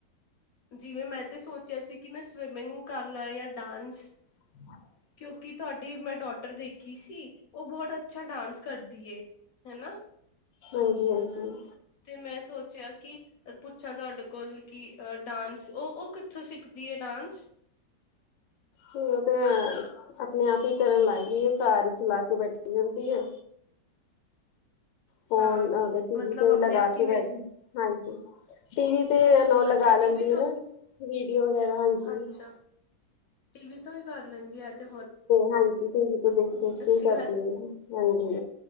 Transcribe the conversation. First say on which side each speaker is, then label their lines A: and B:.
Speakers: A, on the left (about 65°); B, on the left (about 80°).
A: ਜਿਵੇਂ ਮੈਂ ਤੇ ਸੋਚਿਆ ਸੀ ਕਿ ਮੈਂ ਸਵਿਮਿੰਗ ਕਰ ਲਾ ਯਾ ਡਾਂਸ।
B: ਹਮ।
A: ਕਿਉਂਕਿ ਤੁਹਾਡੀ ਮੈਂ ਡੋਟਰ ਦੇਖੀ ਸੀ ਉਹ ਬਹੁਤ ਅੱਛਾ ਡਾਂਸ ਕਰਦੀ ਏ ਹੈਨਾ।
B: ਹਾਂਜੀ-ਹਾਂਜੀ।
A: ਤੇ ਮੈਂ ਸੋਚਿਆ ਕੀ। ਪੁੱਛਾਂ ਤੁਹਾਡੇ ਕੋਲ ਕੀ ਡਾਂਸ ਉਹ ਉਹ ਕਿਥੋਂ ਸਿੱਖਦੀ ਏ ਡਾਂਸ।
B: ਜਿ ਉਹ ਤੇ ਆਪਣੇ ਆਪ ਹੀ ਕਰਨ ਲੱਗ ਗਈ ਘਰ ਹੀ ਚਲਾ ਕੇ ਬੈਠੀ ਰੇਂਧੀ ਏ।
A: <inaudible>
B: ਫੋਨ
A: ਹਾਂ
B: ਅਤੇ ਟੀਵੀ
A: ਮਤਲਬ
B: ਤੇ
A: ਆਪਣੇ
B: ਵੀ ਲਗਾ
A: ਆਪ
B: ਕੇ
A: ਕਿਵੇਂ
B: ਬੈਠੀ। ਹਾਂਜੀ ਟੀਵੀ ਦੇ ਨਾਲ ਲਗਾ
A: ਅੱਛਾ
B: ਲੈਂਦੀ
A: ਟੀਵੀ ਤੋਂ
B: ਏ ਨਾ
A: ਹੀ
B: ਵੀਡੀਓ ਵਗੈਰਾ ਹਾਂਜੀ।
A: ਅੱਛਾ ਟੀਵੀ ਤੇ ਕਰ ਲੈਂਦੀ ਏ ਐਤੇ।
B: ਹਾਂਜੀ ਟੀਵੀ ਤੋ ਦੇਖ ਦੇਖ
A: ਅੱਛੀ
B: ਕੇ ਹੀ ਕਰਦੀ
A: ਗੱਲ
B: ਏ ਹਾਂਜੀ।